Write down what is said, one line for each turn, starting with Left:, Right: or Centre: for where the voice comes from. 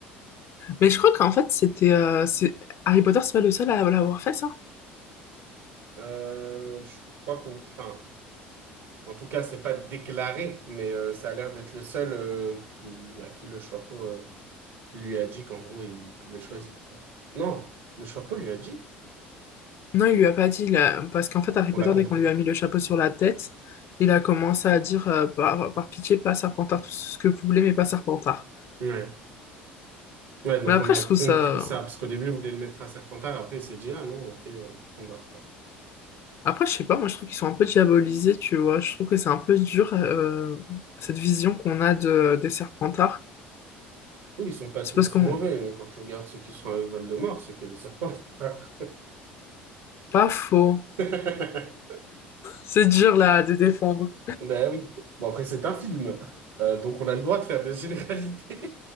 Left: Mais je crois qu'en fait, c'était... euh, c'est... Harry Potter, c'est pas le seul à l'avoir fait, ça?
Right: Euh, je crois qu'on, enfin, En tout cas, c'est pas déclaré, mais euh, ça a l'air d'être le seul euh, qui, à qui le chapeau euh, lui a dit qu'en gros, il pouvait choisir, quoi. Non, le chapeau lui a dit.
Left: Non, il lui a pas dit, là, parce qu'en fait, Harry
Right: On
Left: Potter,
Right: l'a compris,
Left: dès qu'on lui
Right: quoi.
Left: a mis le chapeau sur la tête, il a commencé à dire, euh, par, par pitié, pas Serpentard, tout ce que vous voulez, mais pas Serpentard.
Right: Ouais. Ouais, donc
Left: Mais après,
Right: on a
Left: je trouve
Right: compris
Left: ça...
Right: ça, parce qu'au début, il voulait le mettre à Serpentard, après, il s'est dit, ah non, ok, euh, Gryffondor, quoi.
Left: Après, je sais pas, moi, je trouve qu'ils sont un peu diabolisés, tu vois. Je trouve que c'est un peu dur, euh, cette vision qu'on a de, des Serpentards.
Right: Oui, ils sont pas
Left: C'est
Right: tous
Left: parce qu'on...
Right: mauvais, mais quand tu regardes ceux qui sont avec Voldemort, c'est que les Serpentards.
Left: Pas faux.
Right: <laughs>
Left: C'est dur, là, de défendre.
Right: Ben oui. Bon, après, c'est un film, Euh, donc on a le droit de faire des généralités.